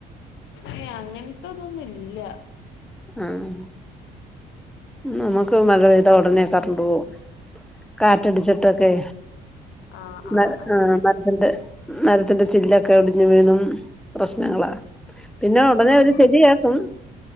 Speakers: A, on the left (about 80°); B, in the centre.
A: ഏ അങ്ങനത്തെതൊന്നുംല്ല
B: ആഹ നമ്മുക്ക് മഴെയ്ത ഉടനെ കറണ്ടു പോകും കാറ്റടിച്ചിട്ടൊക്കെ
A: ആഹ്
B: <unintelligible>
A: ആഹ് അങ്ങനെ
B: നരത്തിന്റെ ചില്ലൊക്കെ ഒടിഞ്ഞഞ് വീണും പ്രശ്നങ്ങളാ പിന്നെ ഉടനെ ഒരു
A: ആഹ്
B: ശരിയാക്കും